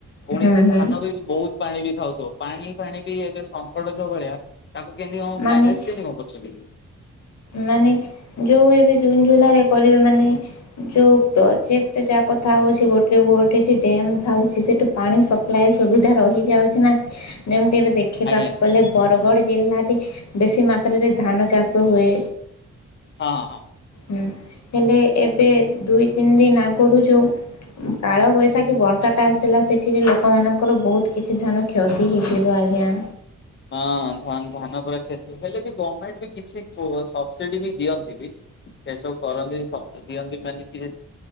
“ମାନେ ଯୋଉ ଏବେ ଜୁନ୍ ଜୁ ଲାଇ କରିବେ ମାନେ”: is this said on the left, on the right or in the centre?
Left